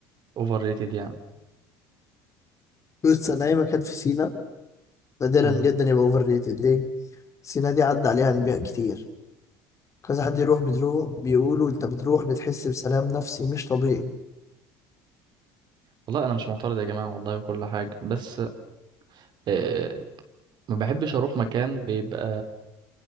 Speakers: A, on the right (about 55°); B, on the left (about 35°).
A: اوفر ريتد يعني
B: بص أنا أي مكان في سينا نادرا
A: مم.
B: جدا يبقى أوفر ريتد ليه؟ سينا دي عدى عليها أنبياء كتير كذا حد يروح بتروح بيقولوا أنت بتروح بتحس بسلام نفسي مش طبيعي
A: والله انا مش معترض يا جماعة والله وكل حاجة بس آه ما بحبش اروح مكان بيبقى